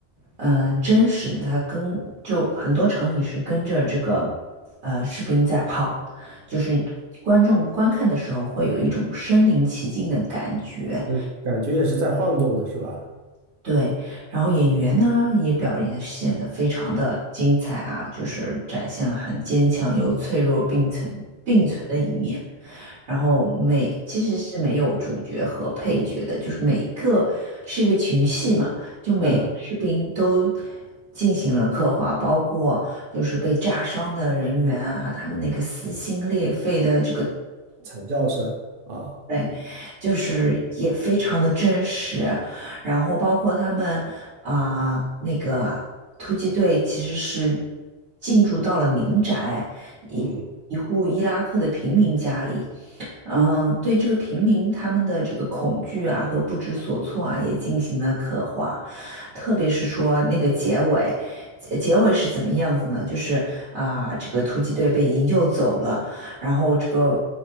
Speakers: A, on the right (about 75°); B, on the right (about 55°).
A: 呃真实的，他跟就很多场景是跟着这个呃士兵在跑，就是观众观看的时候会有一种身临其境的感觉，
B: 嗯，感觉也是在晃动的，是吧？
A: 对，然后演员呢也表演显得非常的精彩啊，就是展现了很坚强又脆弱并存并存的一面。然后每其实是没有主角和配角的，就是每个是一个群戏嘛，就每个士兵都
B: 嗯，
A: 进行了刻画，包括就是被炸伤的人员啊，他们那个撕心裂肺的这个
B: 惨叫声啊，
A: 对，就是也非常的真实，然后包括他们啊、那个突击队其实是进驻到了民宅，一一户伊拉克的平民家里，
B: 嗯
A: 嗯、对这个平民他们的这个恐惧啊和不知所措啊也进行了刻画，特别是说那个结尾，结结尾是怎么样子呢？就是啊、这个突击队被营救走了。然后这个